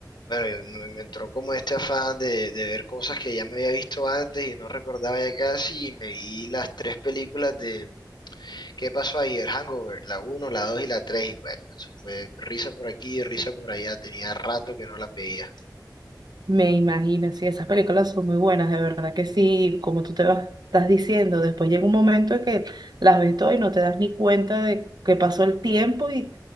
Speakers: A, on the left; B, on the right.
A: Bueno, yo- me, me entró como este afán de, de ver cosas que ya me había visto antes y no recordaba ya casi y me vi las tres películas de ¿Qué pasó ayer? Hangover, la uno, la 2 y la 3 y bueno, eso fue risa por aquí, risa por allá, tenía rato que no las veía.
B: me imagino. Sí, esas películas son muy buenas, de verdad que sí. Como tú te vas, estás diciendo, después llega un momento en que las ves todas y no te das ni cuenta de que pasó el tiempo y